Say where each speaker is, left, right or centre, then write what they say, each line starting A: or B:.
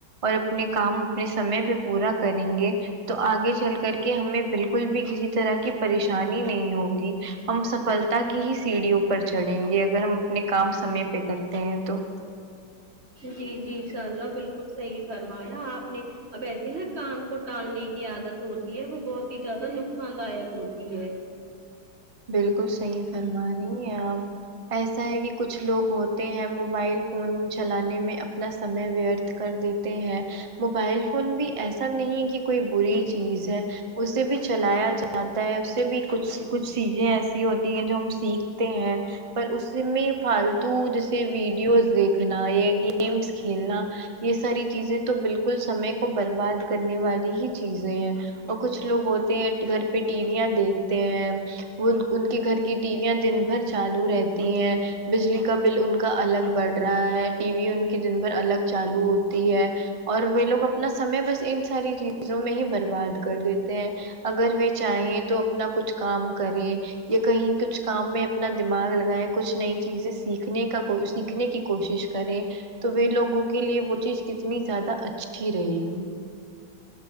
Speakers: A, on the right (about 60°); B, on the right (about 30°).
A: اور اپنے کام اپنے سمے پہ پورا کریں گے تو آگے چل کر کے ہمیں بالکل بھی کسی طرح کی پریشانی نہیں ہوگی ہم سفلتا کی ہی سیڑھیوں پر چڑھیں گے اگر ہم اپنے کام سمے پہ کرتے ہیں تو
B: جی جی انشاء اللہ بالکل صحیح فرمایا آپ نے اب ایسے نا کام کو ٹالنے کی عادت ہوتی ہے وہ بہت ہی زیادہ نقصان داک ہوتی ہے
A: بالکل صحیح فرما رہی ہے آپ ایسا ہے کہ کچھ لوگ ہوتے ہیں موبائل فون چلانے میں اپنا سمے ویرتھ کر دیتے ہیں موبائل فون بھی ایسا نہیں ہے کہ کوئی بری چیز ہے اسے بھی چلایا جاتا ہے اس سے بھی کچھ کچھ چیزیں ایسی ہوتی ہیں جو ہم سیکھتے ہیں پر اس میں فالتو جیسے ویڈیوز دیکھنا یا گیمس کھیلنا یہ ساری چیزیں تو بالکل سمے کو برباد کرنے والی ہی چیزیں ہیں اور کچھ لوگ ہوتے ہیں گھر پہ ٹی ویاں دیکھتے ہیں وہ ان کے گھر کی ٹی ویاں دن بھر چالو رہتی ہیں بجلی کا بل ان کا الگ بڑھ رہا ہے ٹی وی ان کی دن بھر الگ چالو ہوتی ہے اور وہ لوگ اپنا سمے بس ان ساری چیزوں میں ہی برباد کر دیتے ہیں اگر وہ چاہیں تو اپنا کچھ کام کریں یا کہیں کچھ کام میں اپنا دماغ لگائے کچھ نئی چیزیں سیکھنے کا کو سیکھنے کی کوشش کریں تو وہ لوگوں کے لیے وہ چیز کتنی زیادہ اچھی رہے گی